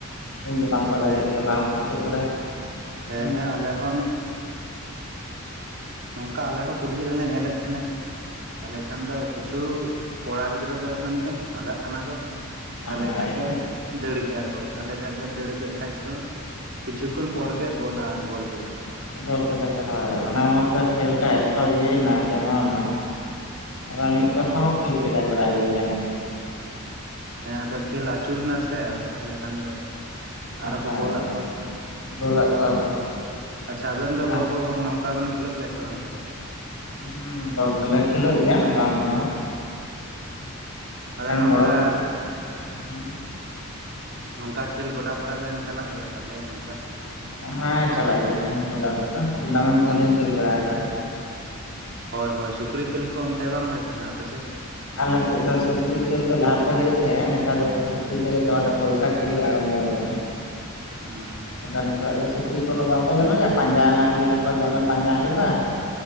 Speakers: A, on the left (about 75°); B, on the right (about 50°).
A: ᱤᱧ ᱫᱚ ᱵᱟᱝᱠᱚ ᱫᱟᱲᱮᱭᱟᱜ
B: ᱦᱮᱸ
A: ᱜᱮᱭᱟ ᱵᱟᱝ ᱢᱩᱪᱟᱹᱫ ᱨᱮ
B: ᱦᱮᱸ
A: <unintelligible>
B: ᱦᱮᱸ ᱟᱞᱮ ᱦᱚᱸ ᱱᱚᱝᱠᱟ ᱟᱞᱮᱦᱚᱸ ᱠᱩᱞᱦᱤ ᱨᱮᱞᱮ ᱧᱮᱞᱮᱫ ᱛᱟᱦᱮᱸᱱᱟ, ᱛᱟᱦᱞᱮ ᱠᱷᱟᱱ ᱫᱚ ᱠᱤᱪᱷᱩ ᱠᱚᱲᱟ ᱜᱤᱫᱽᱨᱟᱹ ᱫᱚ ᱢᱟᱱᱮ ᱵᱷᱟᱜᱟᱜ ᱠᱟᱱᱟ ᱠᱚ
A: ᱦᱳᱭ
B: ᱛᱟᱦᱚᱞᱮ ᱠᱷᱟᱱᱡ ᱫᱚ ᱫᱟᱹᱲ ᱠᱮᱜᱼᱟ ᱠᱚ ᱛᱟᱦᱚᱞᱮ ᱠᱷᱟᱡ ᱫᱚ ᱫᱟᱹᱲ ᱠᱮᱫ ᱠᱷᱟᱡ ᱠᱚ ᱠᱤᱪᱷᱩ ᱠᱷᱚᱱ ᱯᱚᱨ ᱜᱮ ᱜᱳᱞᱟ ᱜᱳᱞ ᱠᱮᱫᱟ ᱠᱚ ᱟᱫᱚ ᱾
A: <unintelligible> ᱠᱷᱮᱞᱴᱟᱭ ᱡᱚᱛᱚ ᱤᱭᱟᱹᱭᱱᱟ ᱡᱚᱢᱟᱣ ᱮᱱᱟ ᱮᱵᱟᱨ ᱢᱤᱫ ᱛᱚᱨᱯᱷᱟ ᱠᱚ ᱠᱷᱮᱞ ᱠᱮᱫᱟ <unintelligible>
B: ᱦᱮᱸ ᱟᱫᱚ ᱠᱷᱮᱞ ᱟᱹᱪᱩᱨ ᱮᱱᱟ ᱥᱮ ᱟᱫᱚ ᱛᱟᱦᱞᱮ ᱠᱷᱟᱱ ᱫᱚ ᱟᱨᱚ
A: ᱦᱳᱭ
B: ᱠᱚ ᱜᱳᱞ ᱟᱜ ᱠᱚᱣᱟ᱾
A: ᱜᱳᱞᱟᱜ ᱠᱚᱣᱟ ᱠᱚ
B: ᱟᱪᱪᱷᱟ ᱟᱵᱮᱱ ᱫᱚ ᱵᱚᱞ
A: ᱟᱨ
B: ᱠᱚ ᱱᱚᱝᱠᱟ ᱵᱮᱱ ᱠᱷᱹᱮᱞᱳᱜ ᱜᱮᱭᱟ ᱥᱮ ᱵᱟᱝ ᱛᱟᱦᱞᱮ?
A: ᱦᱮᱸ ᱵᱚᱞ ᱫᱚᱞᱮ ᱠᱷᱮᱞᱚᱜ ᱜᱮᱭᱟ ᱵᱟᱝ ᱫᱚ ᱵᱟᱝ ᱾
B: ᱟᱫᱚ ᱱᱚᱝᱠᱟ
A: ᱵᱚᱲᱚ ᱦᱩᱸ
B: ᱱᱚᱝᱠᱟ ᱠᱷᱮᱞ ᱜᱚᱰᱟ ᱠᱚᱨᱮ ᱵᱮᱱ ᱪᱟᱞᱟᱜ ᱜᱮᱭᱟ ᱛᱟᱦᱚᱞᱮ ᱱᱚᱝᱠᱟ?
A: ᱦᱮᱸ ᱪᱟᱞᱟᱜ ᱜᱮᱭᱟ ᱞᱤᱧ ᱜᱚᱰᱟ ᱠᱚᱫᱚ ᱾ ᱴᱩᱨᱱᱟᱢᱮᱱᱴ ᱠᱚᱦᱚᱸ ᱞᱤᱧ ᱠᱷᱮᱞ ᱵᱟᱲᱟ ᱟᱠᱟᱫᱟ ᱾
B: ᱦᱳᱭ ᱦᱳᱭ ᱥᱩᱠᱨᱤ ᱠᱷᱮᱞ ᱠᱚ ᱚᱱᱛᱮ ᱵᱟᱝ ᱦᱩᱭᱩᱜ ᱛᱟᱦᱮᱫᱟ ᱟᱯᱮᱥᱮᱫ?
A: ᱟᱞᱮᱥᱮᱫ ᱫᱚ ᱥᱩᱠᱨᱤ ᱠᱷᱮᱞ ᱫᱚ ᱞᱟᱦᱟᱛᱮ ᱦᱩᱭᱩᱜ ᱛᱟᱦᱮᱸᱜᱼᱟ ᱱᱮᱛᱟᱨ ᱫᱚ ᱥᱩᱠᱨᱤ ᱠᱷᱮᱞ ᱫᱚ ᱪᱟᱵᱟ ᱠᱟᱛᱮ ᱯᱚᱭᱥᱟ ᱠᱷᱮᱞ ᱜᱮ ᱟᱨᱚᱢᱵᱷᱚ ᱟᱠᱟᱱᱟ᱾
B: <unintelligible>
A: <unintelligible> ᱥᱩᱠᱞᱤ ᱩᱱ ᱫᱚ ᱵᱟᱠᱚ ᱧᱟᱢᱮᱭᱟ, ᱯᱟᱸᱡᱟ ᱨᱮᱱᱟᱜ ᱞᱟᱹᱭᱟᱠᱚ ᱫᱚᱢᱮ ᱯᱟᱸᱡᱟ ᱦᱩᱭᱩᱜᱼᱟ